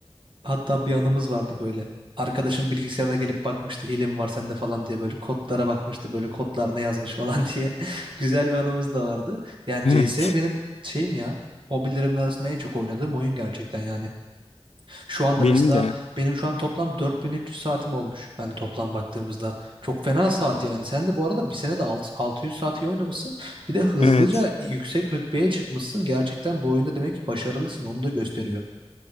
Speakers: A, on the right; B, on the left.
A: Hatta bir anımız vardı böyle. Arkadaşım bilgisayarına gelip bakmıştı hile mi var sende falan diye böyle kodlara bakmıştı böyle kodlar ne yazmış falan <laughs> diye. Güzel bir anımız da vardı. Yani
B: Evet.
A: CS benim şeyim ya hobilerimin arasında en çok oynadığım oyun gerçekten yani. Şu anda
B: Benim
A: mesela
B: de.
A: benim şu an toplam 4300 saatim olmuş. Hani toplam baktığımızda çok fena saat yani. Sen de bu arada bir sene de alt- 600 saat iyi oynamışsın. Bir de hızlıca
B: Evet.
A: yüksek rütbeye çıkmışsın. Gerçekten bu oyunda demek ki başarılısın. Onu da gösteriyor.